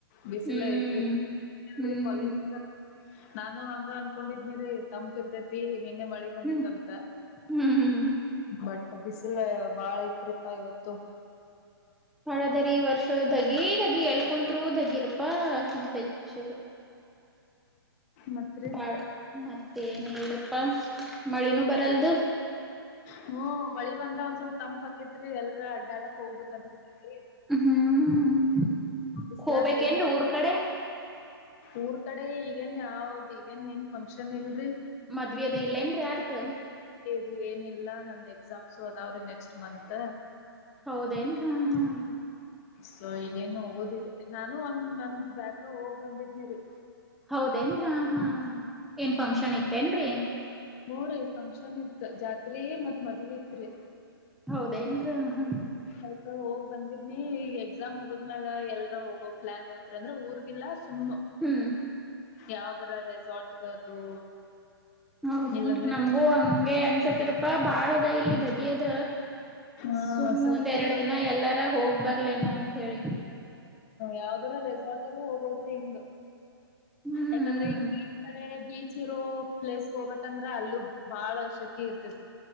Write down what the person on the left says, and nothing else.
ಬಿಸಿಲ
ಐತ್ರಿ
ಕಾಲೇಜ್ ನಾನು ಹಂಗ ಅನ್ಕೊಂಡಿದ. ನೀ ತಂಪ ಇರ್ತೈತಿ ನಿನ್ನೆ ಮಳೆ ಬಂದೈತ್ಂತ
ಬಟ್ ಬಿಸ್ ಲ್ಲ ಬಾಳ ಐತ್ರಿಪ್ಪಾ ಇವತ್ತು.
ಮತ್ರಿ
ಹ್ಮ ಮಳಿ ಬಂದ್ರ ಒಂದ್ ಸ್ವಲ್ಪ ತಂಪ್ ಅಕೇತ್ರಿ ಎಲ್ ಅಡ್ಡಾಡಕ್ ಹೋಗ್ಬೇಕು ಅನ್ನಸ್ತತಿ.
ಬಿಸ್ಲಕ್ಕೆ
ಎಲ್ಲ ಹೋಗ್
ಊರ್ ಕಡೆ ಈಗೇನ್ ಯಾವ್ದ್ ಈಗೇನ್ ಏನ್ ಫಂಕ್ಷನ್ ಇಲ್ರಿ.
ದು ಏನಿಲ್ಲ ನಂದ ಎಕ್ಸಾಮ್ಸ್ ಅದಾವ್ರೆ ನೆಕ್ಸ್ಟ್ ಮಂತ್.
ಸೊ ಈಗೇನು ಹೋಗದ ನಾನು ಒಂದ್ ನಂದ್ ಬ್ಯಾಕ್ ಹೋಗ್ ಬಂದಿದ್ನಿರಿ.
ಮೂರ ಫಂಕ್ಷನ್ ಇತ್ತು ಜಾತ್ರೆಯೇ ಮತ್ ಮದ್ವಿ ಇತ್ರಿ.
ಅದ್ಕ ಹೋಗ್ ಬಂದಿದ್ನಿ ಈಗ ಎಕ್ಸಾಮ್ ಹೋಗೋದ್ ಮ್ಯಾಲ ಎಲ್ರ ಹೋಗೋ ಪ್ಲಾನ್ ಐತ್ ಅಂದ್ರೆ ಊರ್ಗಿಲ್ಲಾ ಸುಮ್.
ಯಾವ್ದರ ರೆಸಾರ್ಟ್ಗದು.
ಇಲ್ಲಾಂದ್ರೆ
ಹಾ
ಸ್ವಲ್ಪ
ಕೋಲ್ಡ್
ಯಾವದರ ರೆಸಾರ್ಟ್ ಅಲ್ಲೂ ಹೋಗೋದ್ರೆ ಹಂಗ
ಯಾಕಂದ್ರೆ ಈ ಬೀಚ್ ಕಡೆ ಬಿ ಚಿರೋ ಪ್ಲೇಸ್ ಹೋಗಬತ್ತಂದ್ರೆ ಅಲ್ಲೂ ಬಾಳ ಶಕಿ ಇರ್ತತಿ.